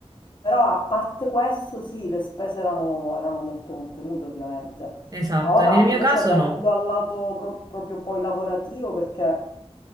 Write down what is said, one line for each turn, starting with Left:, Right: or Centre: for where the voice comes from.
Left: Però a parte questo, sì, le spese erano, erano molto contenute, ovviamente.
Right: esatto.
Left: Ora,
Right: Nel mio
Left: invece,
Right: caso
Left: venendo
Right: no.
Left: al lato pro- proprio poi lavorativo, perché